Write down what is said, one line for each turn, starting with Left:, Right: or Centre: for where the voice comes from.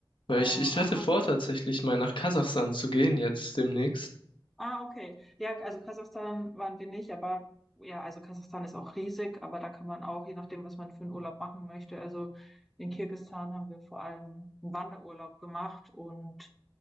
Left: Weil
Centre: Ähm,
Left: ich, ich
Centre: also,
Left: hatte vor, tatsächlich mal nach Kasachstan zu gehen, jetzt demnächst.
Centre: ah, okay. Ja, also Kasachstan waren wir nicht, aber ja, also Kasachstan ist auch riesig, aber da kann man auch, je nachdem, was man für einen Urlaub machen möchte, also in Kirgisistan haben wir vor allem einen Wanderurlaub gemacht und